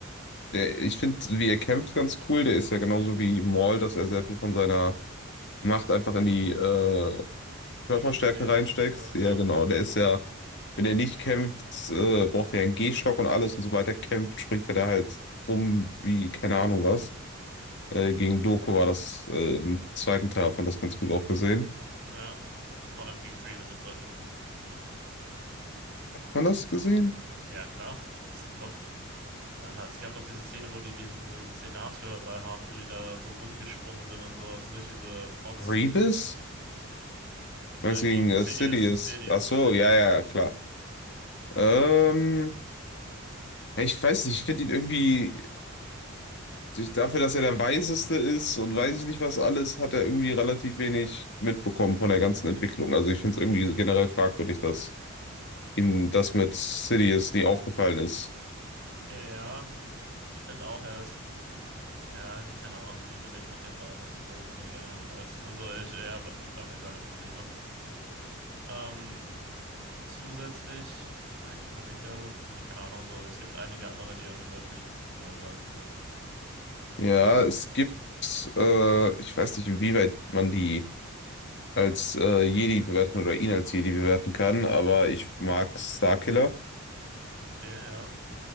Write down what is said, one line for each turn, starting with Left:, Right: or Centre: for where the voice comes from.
Left: der, ich finde, wie er kämpft, ganz cool. Der ist ja genauso wie Maul, dass er sehr viel von seiner Macht einfach in die äh,
Right: Agilität
Left: Körperstärke reinsteckt.
Right: und so,
Left: Ja,
Right: ja.
Left: genau, der ist ja. Wenn er nicht kämpft, äh, braucht er ja einen Gehstock und alles und so weiter. Kämpft, springt er da halt rum wie keine Ahnung was. Äh, gegen Doku war das äh, im zweiten Teil, hat man das ganz gut auch gesehen.
Right: Ja,
Left: Hat
Right: vor allem gegen Grievous im dritten.
Left: man das gesehen?
Right: Ja, klar, die sind doch. Aha, es gab doch diese Szene, wo die diesen Senatshörsaal haben, wo die da so rumgesprungen sind und sowas durch diese Pots.
Left: Grievous?
Right: Äh,
Left: Meinst du
Right: gegen
Left: gegen äh,
Right: Sidious,
Left: Sidious?
Right: Sidious
Left: Ach
Right: meinte
Left: so,
Right: ich.
Left: ja, ja, ja, klar. Ähm, ja, ich weiß nicht, ich finde ihn irgendwie, durch- dafür, dass er der Weiseste ist und weiß ich nicht was alles, hat er irgendwie relativ wenig mitbekommen von der ganzen Entwicklung. Also ich finde es irgendwie generell fragwürdig, dass ihm das mit Sidious nie aufgefallen ist.
Right: Ja, ich finde auch, er ist. Ja, ich keine Ahnung. Ich finde ihn auf jeden Fall auch nicht so mega nice. Also, ich, er hat irgendwie seine Probleme. Ähm, zusätzlich. Ich überlege gerade. Also keine Ahnung, so, es gibt einige andere, die irgendwie deutlich weiser wirken.
Left: Ja, es gibt, äh, ich weiß nicht, inwieweit man die als äh, Jedi bewerten kann oder ihn als Jedi bewerten kann, aber ich mag Starkiller.
Right: Okay, ja.